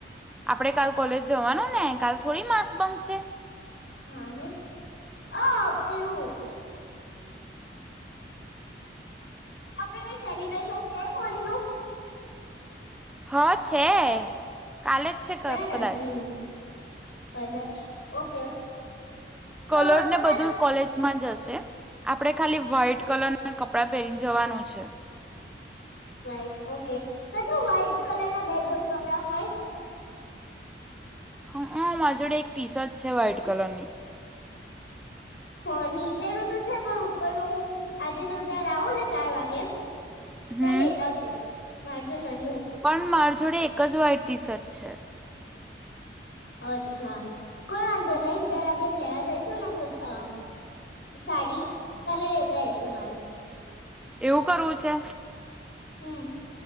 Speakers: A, in the centre; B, on the left (about 70°).
A: આપડે કાલ કોલેજ જવાનું ને કાલ થોડી માસ બન્ક.
B: હા નઈ, અ પેલું, આ પેલું સેલિબ્રેશન છે કુલી નું?
A: હ છે. કાલે જ છે ક
B: ને
A: કદાચ.
B: હમ કદાચ ઓકે. તો
A: કલર
B: તું
A: ને બધું
B: કાલ
A: કોલેજ માં જ હશે. છે આપડે ખાલી વ્હાઈટ કલર ના કપ કપડાં પેરી ન જવાનું છે.
B: વ્હાઈટ આેકે, પછી વ્હાઈટ કલર ના બે જોડી કપરા હોય.
A: હું અ માર જોડે એક ટીશર્ટ. છે વ્હાઈટ કલરની.
B: હ નીચેનું તો છે પણ ઉપરનું આજે તું જયારે આવો ને ચાર વાગે તો
A: હમ
B: લેતા આવજે. માર જોડે નહ
A: પણ માર જોડે એક જ વાઈટ ટીશર્ટ છે.
B: અચ્છા, કોઈ વાંધો નઈ જયારે આપડે લેવા જઈશું ને અ સાડી ત્યારે લેતા આઈશું મારું.
A: એવું કરવું છે?
B: હું.